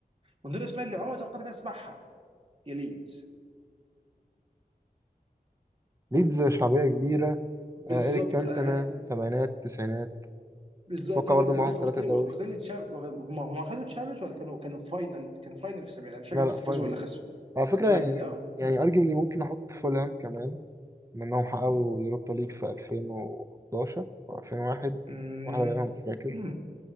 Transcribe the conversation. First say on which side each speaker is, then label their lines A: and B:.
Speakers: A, on the right (about 35°); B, on the right (about 20°).
A: ومن ضمن الاسماء اللي عمري ما توقعت اني اسمعها يا ليدز
B: ليدز شعبية كبيرة آه،
A: بالظبط
B: إيريك كانتنا
A: انا أنا-
B: سبعينات تسعينات
A: بالظبط
B: أتوقع
A: فاهم
B: برضه معاهم
A: بص واخدين
B: ثلاثة دوري
A: واخدين تشام- هم هم خدوا تشامبيونز ولا كانوا كانوا فاينل كانوا فاينل في السبعينات مش فاكر
B: لا لا
A: فازوا
B: فاينل
A: ولا
B: بس
A: خسروا
B: على فكرة
A: فاينل
B: يعني
A: اه
B: يعني أرجبلي ممكن أحط فولهام كمان منهم حققوا اليوروبا ليج في 2011 أو 2001
A: أمم.
B: واحدة منهم مش فاكر
A: أمم.